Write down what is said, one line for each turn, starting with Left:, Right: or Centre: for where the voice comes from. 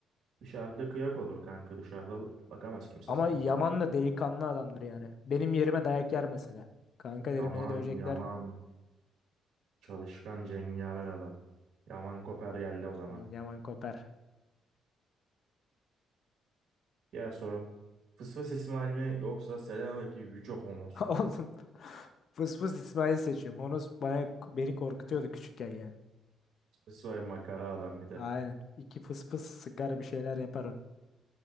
Right: dışarıda kıyak olur kanka dışarıda bakamaz kimse
Left: Ama
Right: sana.
Left: Yaman da delikanlı adamdır yani. Benim yerime dayak yer mesela. Kanka derim
Right: Yaman
Left: beni dövecekler.
Right: Yaman çalışkan cengaver adam. Yaman Koper geldi o zaman.
Left: <laughs> Yaman koper.
Right: Diğer sorum. Fısfas İsmail mi yoksa Selanik'e Yüce Honos
Left: <laughs>
Right: mu?
Left: Oğlum fıs fıs İsmail seçiyorum. Honos bana, beni korkutuyordu küçükken ya.
Right: Fısfas İsmail makara adam bir de.
Left: Aynen. İki fıs fıs sıkar bir şeyler yapar o.